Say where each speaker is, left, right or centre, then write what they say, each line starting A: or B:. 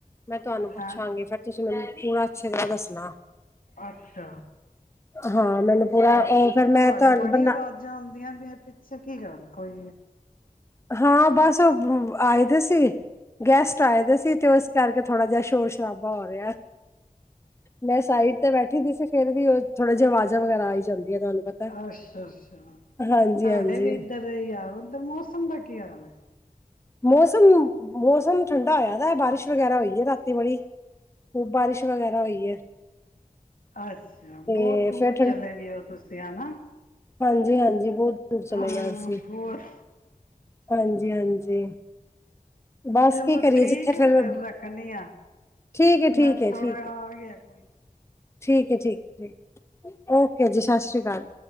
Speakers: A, on the left; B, on the left.
A: ਮੈਂ ਤੁਹਾਨੂੰ ਪੁੱਛਾਂਗੀ
B: ਹਾਂ
A: ਫੇਰ ਤੁਸੀਂ ਮੈਨੂੰ ਪੂਰਾ ਅੱਛੇ ਤਰਾਂ ਦੱਸਣਾ। ਨਾ।
B: ਅੱਛਾ।
A: ਹਾਂ ਮੈਨੂੰ ਪੂਰਾ
B: ਅ
A: ਉਹ ਫਿਰ ਮੈਂ
B: ਤੁਹਾਡੇ
A: ਤੁਹਾਨੂੰ
B: ਬੜੀ
A: ਬਣਾ
B: ਆਵਾਜ਼ਾਂ ਆਉਂਦੀਆਂ ਵੀ ਪਿੱਛੇ ਕੀ ਗਲ। ਕੋਈ।
A: ਹਾਂ ਬਸ ਉਹ ਆਏ ਤੇ ਸੀ। ਗੈਸਟ ਆਏ ਦੇ ਸੀ ਤੇ ਉਸ ਕਰਕੇ ਥੋੜਾ ਜਿਹਾ ਸ਼ੋਰ ਸ਼ਰਾਬਾ ਹੋ ਰਿਹਾ। ਮੈਂ ਸਾਈਡ ਤੇ ਬੈਠੀ ਦੀ ਸੀ ਫੇਰ ਵੀ ਉਹ ਥੋੜੇ ਜਿਹੀ ਆਵਾਜ਼ਾਂ ਵਗੈਰਾ ਆਈ ਜਾਂਦੀਆਂ ਤੁਹਾਨੂੰ ਪਤਾ।
B: ਅੱਛਾ-ਅੱਛਾ
A: ਹਾਂਜੀ
B: ਸਾਡੇ
A: ਹਾਂਜੀ
B: ਵੀ ਇੱਧਰ ਯਾਰ ਉੱਧਰ ਮੌਸਮ ਦਾ ਕੀ ਹਾਲ ਹੈ।
A: ਮੌਸਮ-ਮੌਸਮ ਠੰਡਾ ਹੋਇਆ ਦਾ ਬਾਰਿਸ਼ ਵਗੈਰਾ ਹੋਈ ਹੈ ਰਾਤੀ ਬੜੀ। ਖੂ ਬਾਰਿਸ਼ ਵਗੈਰਾ ਹੋਈ ਹੈ।
B: ਅੱਛਾ
A: ਤੇ
B: ਬਹੁਤ ਦੂਰ
A: ਫੇਰ
B: ਚਲੇ ਗਏ ਹੋ ਤੁਸੀਂ ਹਨਾ।
A: ਹਾਂਜੀ-ਹਾਂਜੀ ਬਹੁਤ ਦੂਰ ਚਲੇ
B: ਹਾਂ
A: ਗਏ ਆ ਅਸੀਂ।
B: ਬਹੁਤ
A: ਹਾਂਜੀ-ਹਾਂਜੀ। ਬਸ
B: ਚਲੋ
A: ਕੀ ਕਰੀਏ
B: ਠੀਕ
A: ਜਿੱਥੇ
B: ਹੈ
A: ਫਿਰ।
B: ਰੱਖਣੀ ਆ
A: ਠੀਕ ਹੈ
B: ਮੈਨੂੰ
A: ਠੀਕ ਹੈ
B: ਥੋੜਾ
A: ਠੀਕ ਹੈ।
B: ਆ ਗਿਆ ਕੋਈ
A: ਠੀਕ ਹੈ ਠੀਕ ਹੈ ਓਕੇ ਜੀ ਸਤਿ ਸ਼੍ਰੀ ਅਕਾਲ।